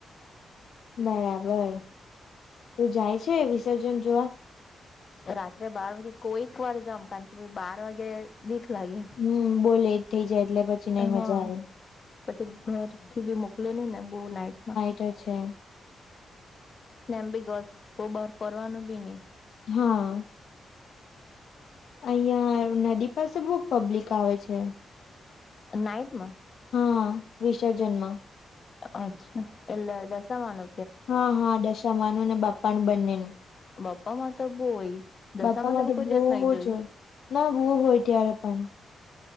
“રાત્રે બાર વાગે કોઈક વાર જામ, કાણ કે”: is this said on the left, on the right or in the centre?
Left